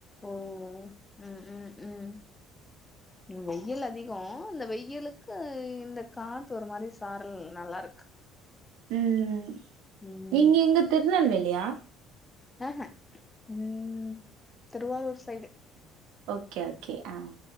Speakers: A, on the left; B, on the right.
A: ஓ ம் ம் ம் வெயில் அதிகோ இந்த வெயிலுக்கு இந்த காத்து ஒரு மாரி சாரல் நல்லாருக்கு
B: ம்
A: ம்
B: நீங்க இங்க திருநெல்வேலியா
A: ஆஹ்ஹ ம் திருவாரூர் சைடு
B: ஓகே ஓகே ஆ